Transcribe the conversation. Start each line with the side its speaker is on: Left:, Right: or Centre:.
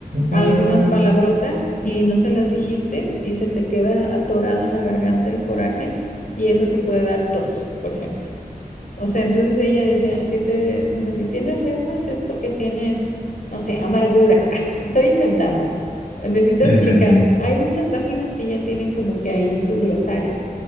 Left: algunas
Right: Mm,
Left: palabrotas y no se las dijiste y se te queda atorado en la garganta el coraje y eso te puede dar tos, por ejemplo. O sea, entonces ella decía, si te, no sé, si tienes reumas es porque tienes, no sé, amargura. <laughs> Estoy inventando. Necesitas
Right: Sí, sí,
Left: checar.
Right: sí.
Left: Hay muchas páginas que ya tienen como que ahí su glosario.